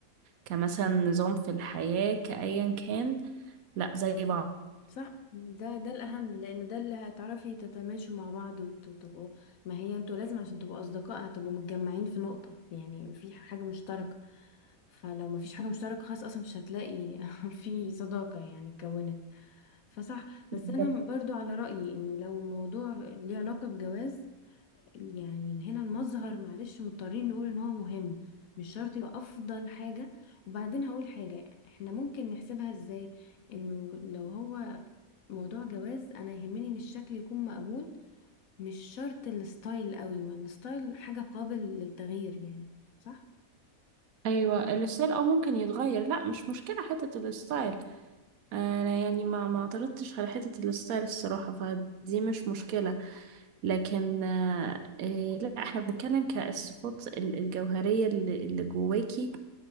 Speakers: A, on the right; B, on the left.
A: كمثلا نظام في الحياة كأيا كان لا زي بعض
B: صح ده ده الأهم لأنه ده اللي هتعرفي تتماشوا مع بعض وتبقوا ما هي انتوا لازم عشان تبقوا أصدقاء هتبقوا متجمعين في نقطة يعني في ح- حاجة مشتركة فلو ما فيش حاجة مشتركة خلاص أصلا مش هتلاقي <laughs> في صداقة يعني اتكونت فصح بس
A: بالظبط.
B: أنا برضو على رأيي إنه لو الموضوع ليه علاقة بجواز يعني هنا المظهر معلش مضطرين نقول إن هو مهم مش شرط يبقى أفضل حاجة وبعدين هقول حاجة احنا ممكن نحسبها ازاي انه لو هو موضوع جواز انا يهمني ان الشكل يكون مقبول مش شرط الستايل قوي ما الستايل حاجة قابل للتغيير يعني صح
A: أيوة الستايل أو ممكن يتغير لا مش مشكلة حتة الستايل أنا يعني ما ما اعترضتش على حتة الستايل الصراحة فدي مش مشكلة لكن آه، إيه، لا احنا بنتكلم كالصفات ال- الجوهرية اللي اللي جواكي